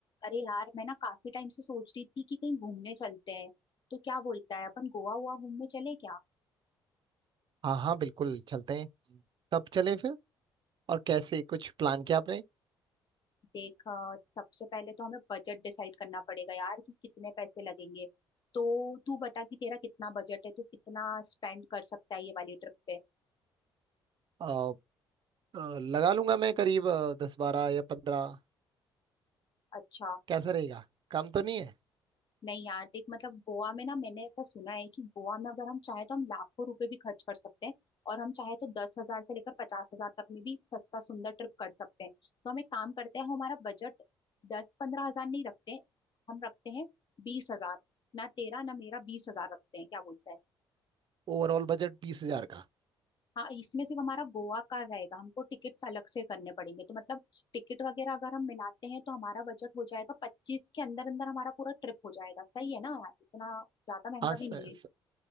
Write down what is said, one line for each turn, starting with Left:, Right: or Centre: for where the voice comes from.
Left: अरे यार मैं ना काफी टाइम से सोच रही थी कि कहीं घूमने चलते हैं तो क्या बोलता है अपन गोवा हुआ घूमने चले क्या
Right: हाँ हाँ बिल्कुल चलते हैं कब चलें फिर और कैसे कुछ प्लान किया आपने
Left: देख अ, सबसे पहले तो हमें बजट डिसाइड करना पड़ेगा यार कि कितने पैसे लगेंगे तो तू बता कि तेरा कितना बजट है तू कितना स्पेंड कर सकता है ये वाली ट्रिप पे
Right: अ, अ, लगा लूंगा मैं करीब दस बारह या पंद्रह
Left: अच्छा
Right: कैसा रहेगा कम तो नहीं है
Left: नहीं यार देख मतलब गोवा में ना मैंने ऐसा सुना है कि गोवा में अगर हम चाहे तो हम लाखों रुपए भी खर्च कर सकते हैं और हम चाहे तो दस हजार से लेकर पचास हजार तक में भी सस्ता सुंदर ट्रिप कर सकते हैं तो हम एक काम करते हैं हम हमारा बजट दस पंद्रह हजार नहीं रखते हम रखते हैं बीस हजार ना तेरा ना मेरा बीस हजार रखते हैं क्या बोलता है
Right: ओवरऑल बजट बीस हजार का
Left: हाँ इसमें सिर्फ हमारा गोवा का रहेगा हमको टिकट्स अलग से करने पड़ेंगे तो मतलब टिकट वगैरह अगर हम मिलाते हैं तो हमारा बजट हो जाएगा पच्चीस के अंदर अंदर हमारा पूरा ट्रिप हो जाएगा सही है ना यार इतना ज्यादा महंगा
Right: हाँ स,
Left: भी नहीं
Right: स,
Left: है